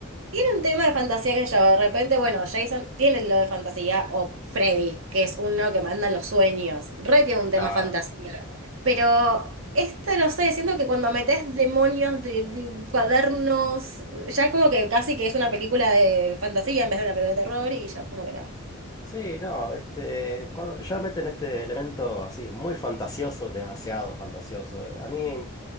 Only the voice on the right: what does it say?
Tiene un tema de fantasía que yo, de repente, bueno, Jason tiene lo de fantasía, o Freddy, que es uno que manda los sueños, re tiene un
tema fantasía. Pero esto, no sé, siento que cuando metes demonios de, de cuadernos, ya es como que casi que es una película de fantasía en vez de una película de terror, y ya es como que no.